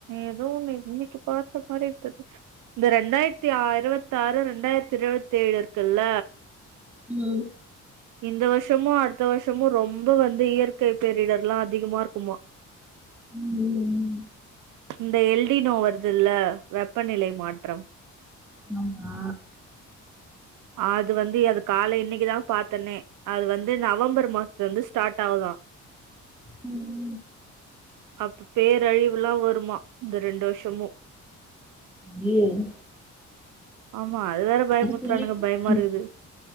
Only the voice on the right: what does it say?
ஏதோ ஒன்னு இன்னைக்கு பாத்த மாரி இருந்தது இந்த ரெண்டாயிரத்தி அறுவத்ஆறு ரெண்டாயிரத்தி இருபத்தேழு இருக்குல்ல
இந்த வருஷமு அடுத்த வருஷமு ரொம் ம்ப வந்து இயற்கை பேரிடர்லா அதிகமா இருக்குமா
இந்த எல்டினோ வர்துல்ல வெப்பநிலை மாற்றம்
அது வந்து அது கால இன்னைக்குதா பாத்தனே அது வந்து நவம்பர் மாசத்துலருந்து ஸ்டார்ட் ஆவுதா
அப்ப பேரழிவுல்லா வருமா இந்த ரெண்டு வருஷமு
ஆமா அது வேற பயமுத்துறானுங்க
பயமா
இருக்குது